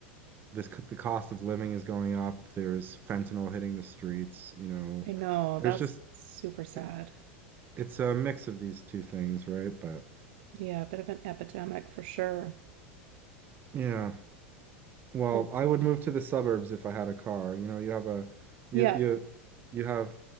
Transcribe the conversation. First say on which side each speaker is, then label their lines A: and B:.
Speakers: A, on the right (about 30°); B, on the right (about 55°).
A: this c- the cost of living is going up. There's fentanyl hitting the streets, you know.
B: I know.
A: There's
B: That's
A: just
B: super sad.
A: it, it's a mix of these two things, right? But
B: Yeah, a bit of an epidemic for sure.
A: yeah. Well,
B: Well,
A: I would move to the suburbs if I had a car. You know, you have a you
B: Yeah,
A: you you have